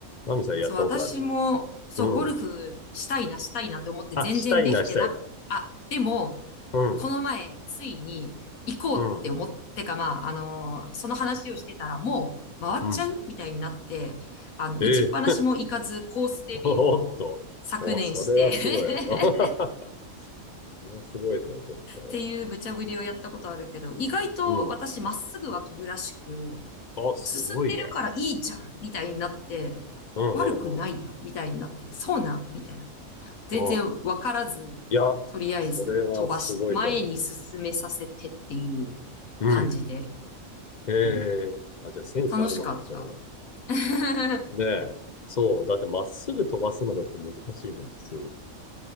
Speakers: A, on the left; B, on the left.
A: マミさんやったことある
B: そう、私も、そう、
A: うん。
B: ゴルフしたいな、したいなって思って全然できてな、
A: あ、したいな、したいな。
B: あ、でも、
A: うん、
B: この前、ついに行こうって思ってか、
A: うん、
B: まあ、あのーその話をしてたら、もう回っちゃうみたいになって、
A: うん。
B: あの、打ちっぱなしも行かず、
A: ええ
B: コースデビューを昨年して
A: <laughs> おっと。お、それはすごい。
B: <laughs> っ
A: <laughs> それはすごいぞ、ちょっと。
B: ていう無茶ぶりをやったことあるけど、意外と私、
A: うん。
B: まっすぐは飛ぶらしく、
A: あ、すごいね。
B: 進んでるからいいじゃんみたいになって、
A: うんうんうん。
B: 悪くないよみたいになって、そうなみたいな。全然わからず、
A: うん。いや、
B: とりあえず飛ばし、
A: それはすごいかも。
B: 前に進めさせてっていう
A: うん。
B: 感じで、
A: ええあ、
B: うん。
A: じゃあセンスあるのかもしれない。
B: 楽しかった。<laughs>
A: ねえ。そう。だってまっすぐ飛ばすのだって難しいもん、普通。